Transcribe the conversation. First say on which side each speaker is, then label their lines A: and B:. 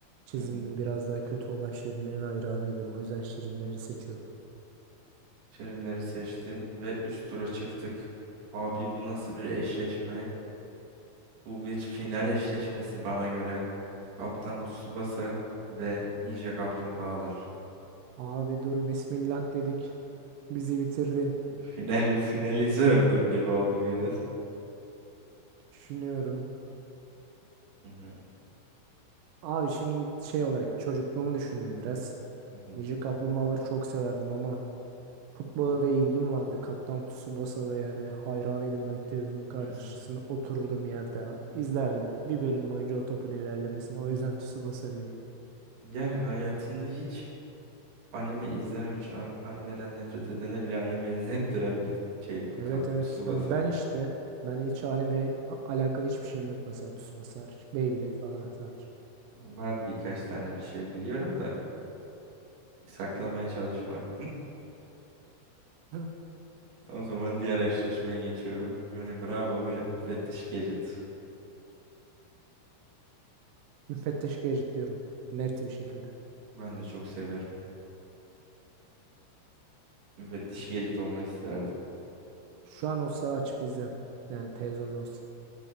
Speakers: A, on the right; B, on the right.
A: çiziminin
B: Hı hı.
A: biraz daha kötü olan Şirinlerin hayranıydım. O yüzden Şirinleri seçiyorum.
B: Şirinleri seçtin ve üst tura çıktık. Abi bu nasıl bir eşleşme? Bu bir final eşleşmesi bana göre. Kaptan Tsubasa ve Ninja Kaplumbağalar.
A: Abi dur bismillah dedik. Bizi bitirdin.
B: Final, finali sordum gibi oldu biraz.
A: Düşünüyorum.
B: Hı hı,
A: Abi şimdi şey olarak çocukluğumu düşündüm biraz.
B: hı hı,
A: Nice Kaplumbağaları çok severdim ama futbola da ilgim vardı. Kaptan Tsubasa'da yani hayranıydım böyle televizyonun karşısında
B: hı hı.
A: otururdum yerde. izlerdim bir bölüm boyunca o topun ilerlemesini. O yüzden Tsubasa diyorum.
B: Yani hayatında hiç anime izlememiş, an- animeden nefret edene bile anime izlettiren bir şey bu
A: Evet
B: Kaptan
A: evet.
B: Tsubasa.
A: Ya ben işte ben hiç anime alakalı hiçbir şeyim yok mesela Tsubasa hariç. Beyblade falan sadece.
B: Var birkaç tane bir şey biliyorum da saklamaya çalışma.
A: <laughs>
B: O zaman diğer eşleşmeye geçiyorum. Johnny Bravo ve Müfettiş Gadget.
A: Müfettiş Gadget diyorum. Net bir şekilde.
B: Ben de çok severim. Müfettiş Gadget olmak isterdim.
A: Şu an olsa açıp izlerim. Yani televizyonda olsa.